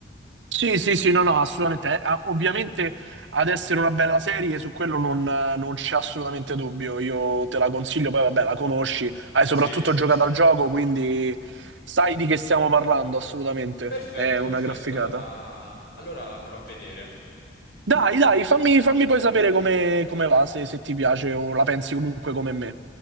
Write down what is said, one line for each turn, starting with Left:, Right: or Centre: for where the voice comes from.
Right: Sì, sì, sì, no, no, assolutamente. Eh, ah, ovviamente ad essere una bella serie, su quello non, eh, non c'è assolutamente dubbio. Io te la consiglio, poi vabbè, la conosci, hai soprattutto
Left: Sì, sì,
Right: giocato
Left: sì.
Right: al gioco, quindi sai di che stiamo parlando, assolutamente.
Left: Perfetto,
Right: È una
Left: perfetto.
Right: graficata.
Left: Allora, allora la andrò a vedere.
Right: Dai, dai, fammi, fammi poi sapere come, come va, se, se ti piace o la pensi comunque come me.